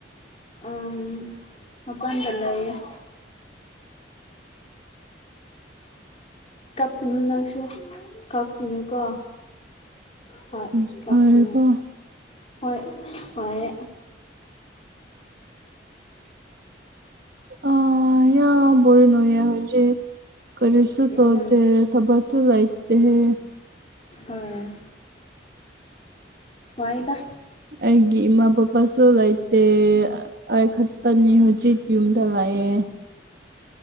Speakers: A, on the left; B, on the right.
A: ꯎꯝ ꯑꯝꯀꯥ ꯍꯟꯖꯤꯜꯂꯦꯌꯦ <inaudible> ꯀꯞꯀꯅꯨ ꯅꯪꯁꯨ ꯀꯞꯀꯅꯨ ꯀꯣ ꯍꯣꯏ
B: ꯑꯁ
A: ꯀꯅ
B: ꯐꯔꯦꯀꯣ
A: ꯍꯣꯏ ꯍꯣꯏ
B: ꯑ ꯌꯥꯝ ꯕꯣꯔꯤꯡ ꯑꯣꯏꯌꯦ ꯍꯧꯖꯤꯛ ꯀꯔꯤꯁꯨ
A: ꯎꯝ
B: ꯇꯧꯗꯦ ꯊꯥꯕꯛꯁꯨ ꯂꯩꯇꯦꯍꯦ
A: ꯍꯣꯏ ꯋꯥꯏꯌꯦꯗ
B: ꯑꯩꯒꯤ ꯏꯃꯥ ꯄ ꯄꯁꯨ ꯂꯩꯇꯦ ꯑꯩ ꯈꯛꯇꯅꯤ ꯍꯧꯖꯤꯛ ꯌꯨꯝꯗ ꯂꯩꯌꯦ